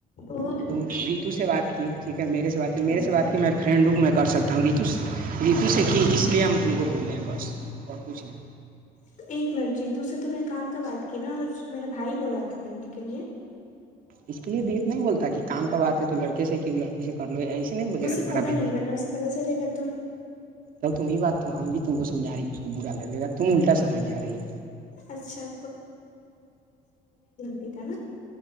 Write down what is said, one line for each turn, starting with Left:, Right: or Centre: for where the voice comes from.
Left: اور
Right: تم ریتو سے بات کی ٹھیک میرے سےات کی میرے
Left: ہوں
Right: سے بات کی میں فرینڈ ہوں میں کر سکتا ہوں ریتو رتو سے کہ اس لیے ہم تم کو بول رہ ہیں بس اور کچھ نہیں
Left: تو ایک منٹ جی ت سے تو میں کام کا بات کی نا اور میرے بھائی بولا تھا کرنے کے لے
Right: اس کے لیے بیت نہیں بولتا کہ کام کا بات ہے تو لڑکے سے کی لڑکی سے کر لو ای نہیں بولے
Left: اسے
Right: گا تمہارا
Left: پتہ
Right: بھی
Left: نہیں ورنہ اسے پتہ چلے گا تو
Right: جب تمی بات تو ہم بھی تم کو سمھا رہے کہ اس کو برا لگے گا تم الٹا ساماج رہ ہی
Left: اچھا دیتا نا